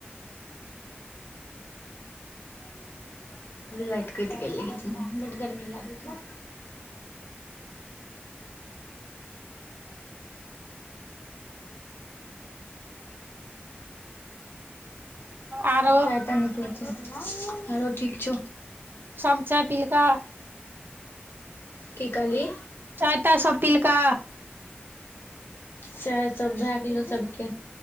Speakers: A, on the right (about 55°); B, on the left (about 60°).
A: <inaudible>
B: लाइट कैइट गेलै अहीठुमा, बड गर्मी लागै छै।
A: आरो
B: चाय ताय न‌इ पिबैइ छी, हाॅं रौ ठीक छौ।
A: सब चाय पिलकै?
B: की कहलही?
A: चाय-ताय सब पीलकै?
B: चाय सब भैऽ गेलौ सबके।